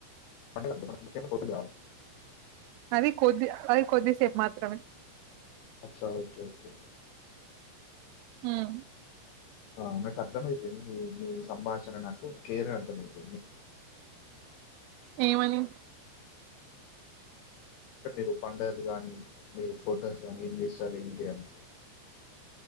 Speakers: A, on the left; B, on the right.
A: అంటే ముక్యమైనవి ఫోటోలు కాలి
B: అది కొద్ది అది కొద్దిసేపు మాత్రమే
A: అచ్చా ఓకే ఓకే
B: మ్
A: ఆ నాకు అర్థమయిపోయింది మీ మీ సంభాషణ నాకు క్లియర్గా అర్థమయిపోయింది
B: ఏమని
A: అంటే మీరు పండగది గానీ మీరు ఫొటోస్ కానీ ఏం చేస్తారు ఏంటి అని